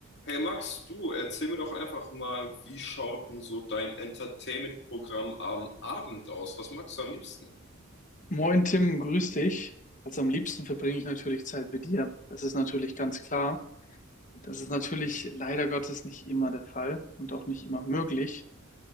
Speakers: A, on the left; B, on the left.
A: Hey Max, du, erzähl mir doch einfach mal, wie schaut denn so dein Entertainment-Programm am Abend aus? Was magst du am liebsten?
B: Moin Tim, grüß dich. Also am liebsten verbringe ich natürlich Zeit mit dir. Das ist natürlich ganz klar. Das ist natürlich leider Gottes nicht immer der Fall und auch nicht immer möglich.